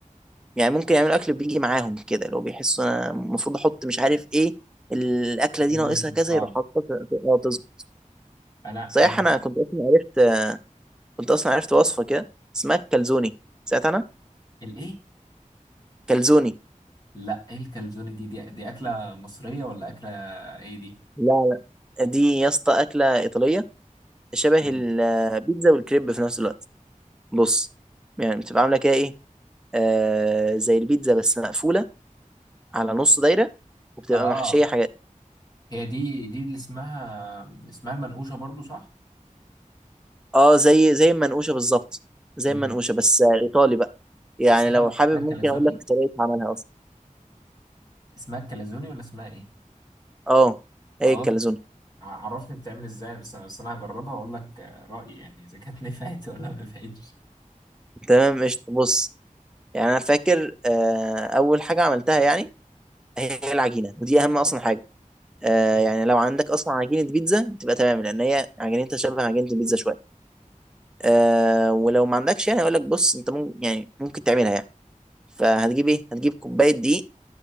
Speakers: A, in the centre; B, on the left.
A: يعني ممكن يعملوا اكل بيجي معاهم كده لو بيحسوا انا المفروض احط مش عارف ايه الاكله
B: عشان
A: دي ناقصها
B: يظبط
A: كذا
B: طعم
A: يروح حاططها في- في- اه تظبط
B: انا
A: صحيح
B: انا
A: انا كنت اصلا عرفت كنت اصلا عرفت وصفه كده اسمها الكالزوني ساعتها انا
B: الايه
A: كالزوني
B: لا ايه الكالزوني دي دي, دي اكله مصريه ولا اكله ايه دي
A: لا لا دي يا اسطى اكله ايطاليه شبه
B: اوكي
A: البيتزا والكريب في نفس الوقت بص يعني بتبقى عامله كده ايه آه زي البيتزا بس مقفولة على نص دايرة وبتبقى
B: اه
A: محشية حاجات
B: هي دي دي اللي اسمها اسمها المنقوشه برضو صح
A: اه زي زي المنقوشة بالظبط زي
B: مم.
A: المنقوشة بس آه، ايطالي بقى يعني
B: اسمها
A: لو حابب
B: اسمها
A: ممكن
B: الكالزوني
A: اقول لك طريقة عملها اصلا
B: اسمها الكالزوني ولا اسمها ايه
A: اه
B: خلاص
A: هي الكاليزون
B: ع- عرفني بتعمل ازاي بس انا بس انا هجربها واقول لك آه، رايي يعني اذا كانت <laughs> نفعت ولا ما نفعتش
A: تمام قشطة بص يعني انا فاكر آه اول حاجة عملتها يعني هي العجينة ودي اهم اصلا حاجة آه
B: أكيد.
A: يعني لو عندك اصلا عجينة بيتزا تبقى تمام لان هي عجينتها شبه عجينة البيتزا شوية آه ولو ما عندكش يعني اقول لك بص انت ممكن يعني ممكن تعملها يعني فهتجيب ايه هتجيب كوبايه دقيق